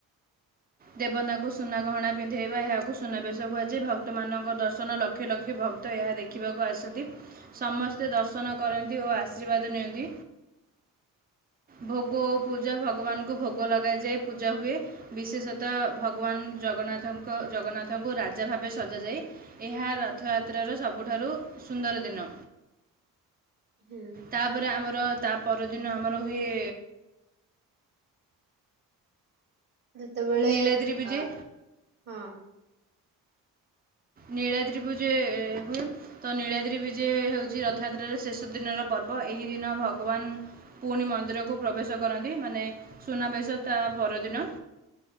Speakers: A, on the right (about 25°); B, on the right (about 40°).
A: ଦେବତାଙ୍କୁ ସୁନା ଗହଣା ପିନ୍ଧ ଇବା ଏହାକୁ ସୁନାବେଶ କୁହାଯାଏ, ଭକ୍ତ ମାନଙ୍କ ଦର୍ଶନ ଲକ୍ଷ ଲକ୍ଷେ ଭକ୍ତ ଏହା ଦେଖିବାକୁ ଆସନ୍ତି ସମସ୍ତେ ଦର୍ଶନ କରନ୍ତି ଓ ଆଶୀର୍ବାଦ ନିଅନ୍ତି, ଭୋଗ ଓ ପୂଜା ଭଗବାନଙ୍କୁ ଭୋଗ ଲଗାଯାଏ ପୂଜା ହୁଏ, ବିଶେଷତଃ ଭଗବାନ ଜଗନ୍ନାଥଙ୍କ ଜଗନ୍ନାଥଙ୍କୁ ରା ରାଜା ଭାବେ ସଜାଯାଏ ଏହା ରଥଯାତ୍ରାର ସବଠାରୁ ସୁନ୍ଦର ଦିନ।
B: ହୁଁ
A: ତାପରେ ଆମର ତା ପରଦିନ ଆମର ହୁଏ
B: ଯେତେବେଳେ
A: ନୀଳାଦ୍ରି ବିଜେ
B: ଅ ହଁ
A: ନୀଳାଦ୍ରି ବିଜେ ହୁଏ, ତ ନୀଳାଦ୍ରି ପ ବୀଜେ ହେଉଛି ରଥଯାତ୍ରାର ଶେଷ ଦିନର ପର୍ବ ଏହି ଦିନ ଭଗବାନ ପୁଣି ମନ୍ଦିରକୁ ପ୍ରବେଶ କରନ୍ତି, ମାନେ ସୁନାବେଶ ତା ପରଦିନ